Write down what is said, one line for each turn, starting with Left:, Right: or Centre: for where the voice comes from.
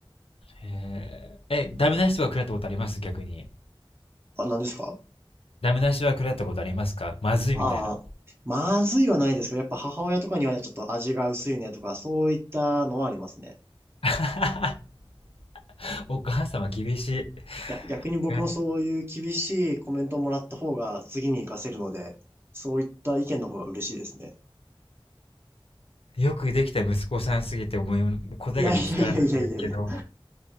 Left: へえ。え、ダメな人はか食らったことあります逆に。
Right: あ、何ですか
Left: ダメな人は食らったことありますかまずいみたいな。
Right: ああー、まずいはないですけど、やっぱ母親とかにはちょっと味が薄いねとか、そういったのはありますね。
Left: <laughs> お母様厳し
Right: いや、逆に僕もそういう厳しいコメントをもらった方が次に活かせるので、
Left: い。ね
Right: そういった意見の方が嬉しいですね。
Left: よくできた息子さんすぎて思い、もう答えが見つからないんですけど。
Right: いやいやいやいやいやいや。